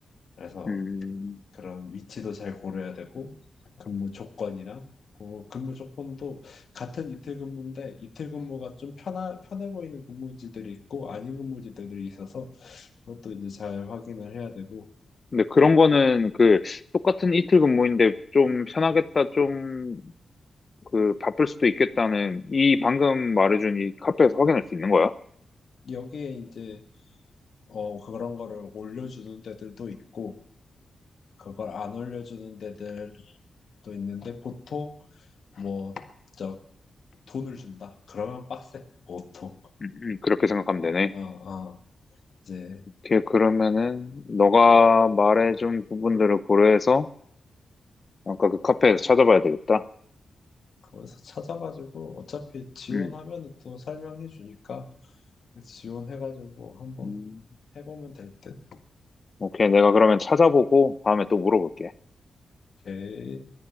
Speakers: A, on the left; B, on the left.
A: 그래서
B: 음,
A: 그런 위치도 잘 고려해야 되고 근무 조건이나 어, 근무 조건도 같은 이틀 근무인데 이틀 근무가 좀 편하, 편해 보이는 근무지들이 있고 아닌 근무지들이 있어서 그것도 이제 잘 확인을 해야 되고
B: 근데 그런 거는 그, 똑같은 이틀 근무인데 좀 편하겠다, 좀, 그, 바쁠 수도 있겠다는, 이 방금 말해준 이 카페에서 확인할 수 있는 거야?
A: 여기에 이제 어, 그런 거를 올려주는 데들도 있고 그걸 안 올려주는 데들도 있는데 보통 뭐 저 돈을 준다 그러면 빡세 보통
B: 음, 음, 그렇게 생각하면 되네.
A: 어, 어, 이제
B: 오케이, 그러면은, 너가 말해준 부분들을 고려해서, 아까 그 카페에서 찾아봐야 되겠다.
A: 거기서 찾아가지고 어차피 지원하면
B: 음.
A: 또 설명해 주니까 지원해가지고 한번
B: 음.
A: 해보면 될 듯.
B: 오케이. 내가 그러면 찾아보고 다음에 또 물어볼게.
A: 오케이.